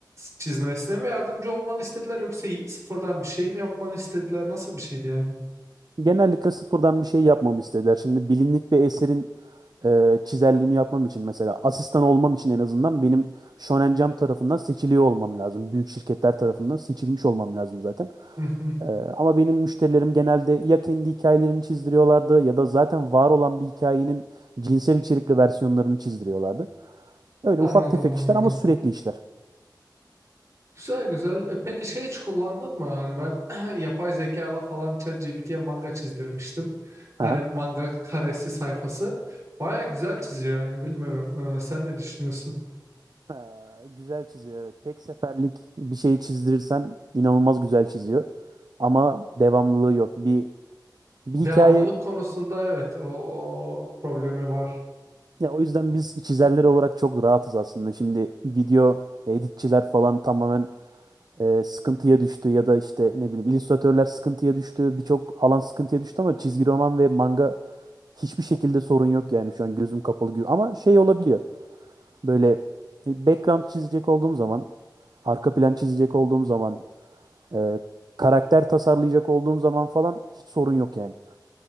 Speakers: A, on the right; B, on the right.
A: çizmesine mi yardımcı olmanı istediler yoksa y- sıfırdan bir şey mi yapmanı istediler? Nasıl bir şeydi yani?
B: Genellikle sıfırdan bir şey yapmamı istediler. Şimdi bilinlik bir eserin e, çizerliğini yapmam için mesela asistan olmam için en azından benim Shonen Jump tarafından seçiliyor olmam lazım. Büyük şirketler tarafından seçilmiş olmam lazım zaten.
A: Hı hı.
B: Ee, ama benim müşterilerim genelde ya kendi hikayelerini çizdiriyorlardı ya da zaten var olan bir hikayenin cinsel içerikli versiyonlarını çizdiriyorlardı. Öyle
A: Anladım
B: ufak tefek
A: anladım.
B: işler ama sürekli işler.
A: Güzel güzel. E, peki şey hiç kullandın mı? Hani ben <clears throat> yapay zekala falan ChatGPT'ye manga çizdirmiştim.
B: Aha.
A: Hani manga karesi sayfası. Baya güzel çiziyor yani bilmiyorum. E, sen ne düşünüyorsun?
B: Ee, güzel çiziyor evet. Tek seferlik bir şeyi çizdirirsen inanılmaz güzel çiziyor. Ama devamlılığı yok. Bir bir hikaye
A: Devamlılık konusunda evet o, o problemi var.
B: ya o yüzden biz çizerler olarak çok rahatız aslında. Şimdi video editçiler falan tamamen e, sıkıntıya düştü ya da işte ne bileyim illüstratörler sıkıntıya düştü. Birçok alan sıkıntıya düştü ama çizgi roman ve manga hiçbir şekilde sorun yok yani şu an gözüm kapalı gibi. Ama şey olabiliyor. Böyle bir background çizecek olduğum zaman, arka plan çizecek olduğum zaman, e, karakter tasarlayacak olduğum zaman falan hiç sorun yok yani.